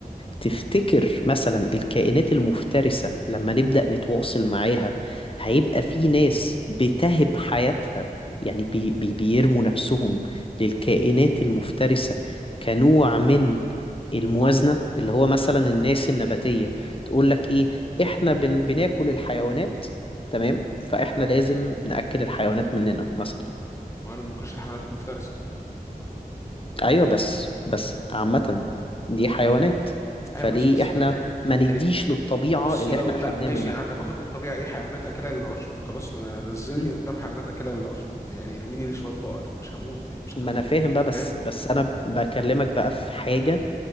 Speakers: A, on the left (about 35°); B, on the left (about 20°).
A: تفتكر مثلا الكائنات المفترسة لما نبدأ نتواصل معاها هيبقى في ناس بتهب حياتها يعني بي بي بيرموا نفسهم للكائنات المفترسة كنوع من الموازنة اللي هو مثلا الناس النباتية تقول لك ايه احنا بن بناكل الحيوانات تمام فاحنا لازم نأكل الحيوانات مننا مثلا
B: وانا ما باكلش الحيوانات المفترسه
A: ايوه بس بس عامة دي حيوانات
B: ايوه
A: فليه
B: ماشي بس
A: احنا
B: ما يعني
A: ما نديش
B: يعني
A: للطبيعة
B: بص
A: اللي
B: لو
A: احنا اخدناه
B: لا ماشي
A: منها
B: يعني انا باخد من الطبيعه اي حيوانات اكلها للعشب خلاص ن- نزلني
A: مم.
B: قدام حيوانات اكلها للعشب يعني ارميني لشويه بقر مش هموت يعني مش
A: ما
B: هتاكلني
A: انا فاهم بقى بس
B: فاهم
A: بس انا بكلمك بقى في حاجة